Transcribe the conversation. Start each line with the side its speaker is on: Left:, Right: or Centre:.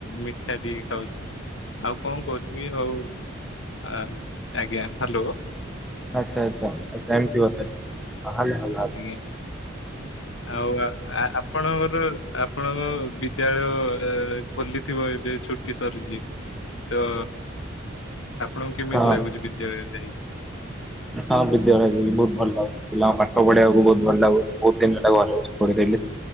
Left: ମିଠା ଟିକେ ଖାଉଛି। ଆଉ କଣ କରିବି ଆଉ ଆଜ୍ଞା ହାଲୋ।
Centre: ଆଚ୍ଛା ଆଚ୍ଛା ଆଚ୍ଛା ଏମତି ହାଲୋ ହାଲୋ ଆ
Left: ଆଜ୍ଞା ଆଉ ଆପଣଙ୍କର ଆପଣଙ୍କ ବିଦ୍ୟାଳୟ ଖୋଲିଥିବ ଏବେ ଛୁଟି ସରିଚି। ତ ଆପଣଙ୍କୁ କେମିତି
Centre: ହଁ।
Left: ଲାଗୁଛି ବିଦ୍ୟାଳୟରେ ଯାଇ କି?
Centre: ହଁ ବିଦ୍ୟାଳୟ ବହୁତ ଭଲ ଲାଗୁଛି ପିଲା ପାଠ ପଢିବାକୁ ବହୁତ ଭଲ ଲାଗୁ ବହୁତ ଦିନ ହେ ଭଲ ଲାଗୁଛି। ପଢିଥିଲି